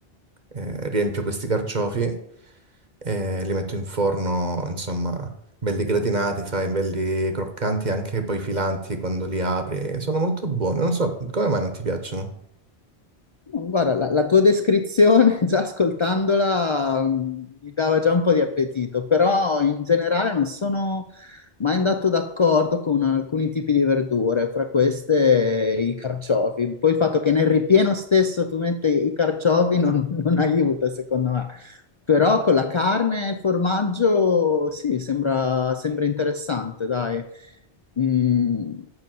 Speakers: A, on the right; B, on the left.
A: eh, riempio questi carciofi e li metto in forno, insomma, belli gratinati, sai, belli croccanti, anche poi filanti quando li apri. Sono molto buoni, non so come mai non ti piacciono.
B: Guarda, la, la tua descrizione, <laughs> già ascoltandola, mh, mi dava già un po' di appetito, però in generale non sono mai andato d'accordo con alcuni tipi di verdure, fra queste i carciofi. Poi il fatto che nel ripieno stesso tu metti i carciofi non, <laughs> non aiuta, secondo me. Però con la carne e formaggio, sì, sembra, sembra interessante, dai. Mm,